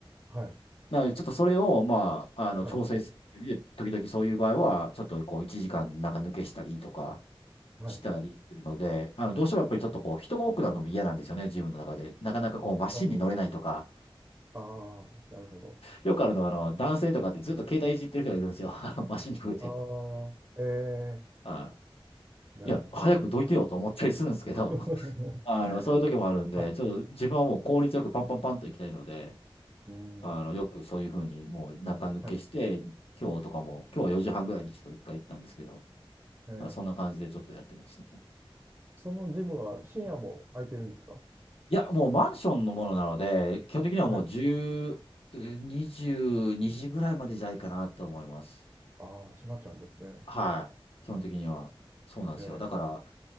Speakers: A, on the right; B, on the left.
A: はい。
B: なので、ちょっとそれを、まあ、あの、
A: はい。
B: 調整するっていう意味で、時々そういう場合は、ちょっとこう、1時間なんか抜けしたりとか
A: はい。
B: したりするので、あの、どうしてもやっぱりちょっとこう、人が多くなるのも嫌なんですよね、自分の中で。なかなかこう、マシンに乗れないとか、
A: あーあー、なるほど。
B: よくあるのは、あの、
A: はい、
B: 男性とかってずっと携帯いじってる人がいるんですよ。<laughs> あの、マシンに触れて。
A: ああ、え
B: あ
A: ー、なるほど。
B: いや、早くどいてよと思ったりするんですけど、
A: <laughs>
B: <laughs> あの、そういう時もあるんで、
A: はい。
B: ちょっと自分はもう効率よくパンパンパンと行きたいので、
A: うん。
B: あの、よくそういうふうにもう中抜けして、
A: はい。
B: 今日とかも、今日は4時半ぐらいにちょっと一回行ったんですけど、
A: えー、
B: なんかそんな感じでちょっとやってますね。
A: そのジムは深夜も空いてるんですか
B: いや、もうマンションのものなので、基本的にはもう10、
A: はい。
B: えー2時ぐらいまでじゃないかなと思います。
A: ああ、閉まっちゃうんですね。
B: はい。基本的には。そうなんですよ。
A: えー、
B: だから、